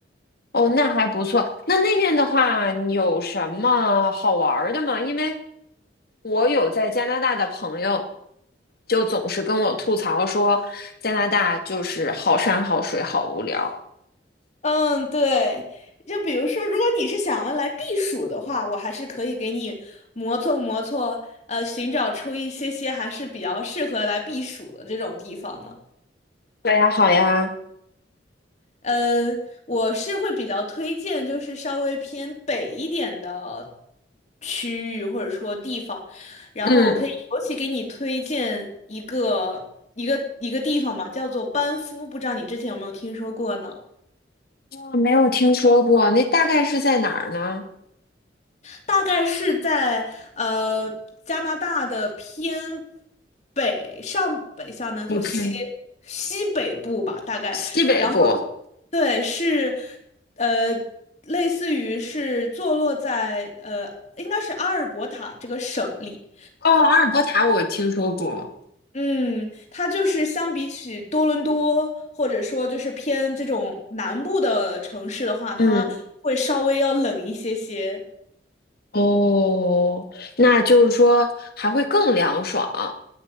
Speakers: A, on the left; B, on the left.
A: 哦，那还不错。那那面的话，你有什么好玩儿的吗？因为我有在加拿大的朋友，就总是跟我吐槽说，加拿大就是好山好水好无聊。
B: 嗯，对。就比如说，如果你是想要来避暑的话，我还是可以给你磨蹭磨蹭，呃，寻找出一些些还是比较适合来避暑的这种地方呢。
A: 对呀，好呀，
B: 呃，我是会比较推荐，就是稍微偏北一点的区域或者说地方，然后我可以尤其给你推荐一个一个一个地方吧，
A: 嗯，
B: 叫做班夫，不知道你之前有没有听说过呢？
A: 我没有听说过，那大概是在哪儿呢
B: 大概是在呃加拿大的偏北上北下南左西
A: ？OK，
B: 西北部吧，大概。
A: 西北部。
B: 然后对，是呃类似于是坐落在呃应该是阿尔伯塔这个省里。
A: 哦，阿尔伯塔我听说过。
B: 嗯，它就是相比起多伦多，或者说就是偏这种南部的城市的话，它会稍微要冷一些些。
A: 嗯，哦，那就是说还会更凉爽。